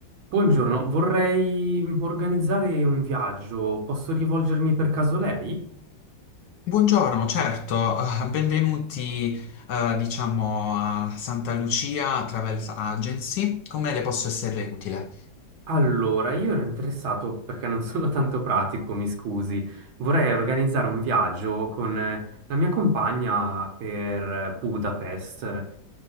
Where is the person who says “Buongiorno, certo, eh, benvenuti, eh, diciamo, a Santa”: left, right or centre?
Left